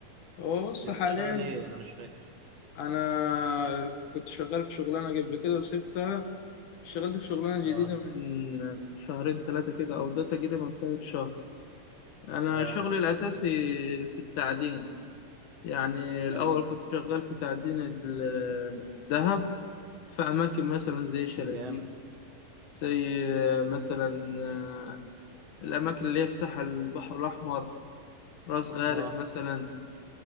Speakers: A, on the left; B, on the right.
A: هو بص
B: انت
A: حاليا
B: بتشتغل ايه انا مش فاكر
A: أنا كنت شغال في شغلانة قبل كده وسبتها شغلت في شغلانة
B: اه
A: جديدة من شهرين ثلاثة كده أو ده تقريبا تالت شهر أنا
B: اه
A: شغلي الأساسي في التعدين يعني الأول
B: حلو اه
A: كنت شغال في تعدين ال- الذهب في أماكن مثلا زي شلاتين
B: مم، جامد
A: زي مثلا آه، الأماكن اللي هي في ساحل البحر الأحمر راس غارب
B: اه
A: مثلا